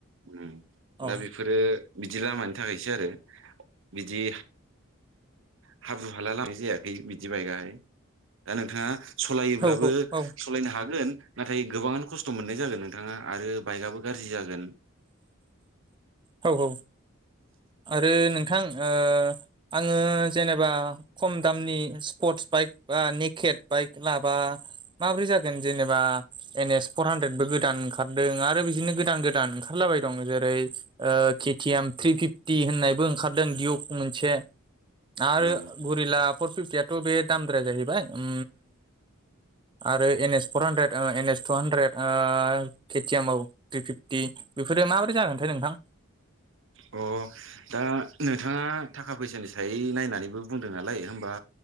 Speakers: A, on the right; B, on the right.
A: उम
B: औ
A: दा बेफोरो बिदि लामानि थाखायसो आरो बिदि <unintelligible> हाब्रु हाला लामनाय जायाखै बिदि बायगाहाय दा नोंथाङा सलायोब्लाबो
B: औ औ
A: सालायनो हागोन। नाथाय गोबाङानो खस्थ' मोननाय जागोन नोंथाङा आरो बाइकआबो गाज्रि जागोन
B: औ औ आरो नोंथां ओ आङो जेनेबा खम दामनि स्पर्टस बाइक बा निखेट बाइक लाबा माब्रै जागोन जेनेबा एन एस फर हान्द्रेदबो गोदान ओंखारदों आरो बिदिनो गोदान गोदान ओंखारलाबाय दं जेरै ओ खेथिएम थ्रि फिफ्टि होननायबो ओंखारदों दिउक मोनसे आरो
A: औ
B: गुरिला फर फिफटियाथ' बे दामद्राया जाहैबाय उम आरो N S four hundred N S two hundred KTM आव थ्रि फिफ्टि बेफोरो माबोरै जागोनथाय नोंथां
A: अ दा नोंथाङा थाखा फैसानि सायै नायनानैबो बुंदों नालाय हबा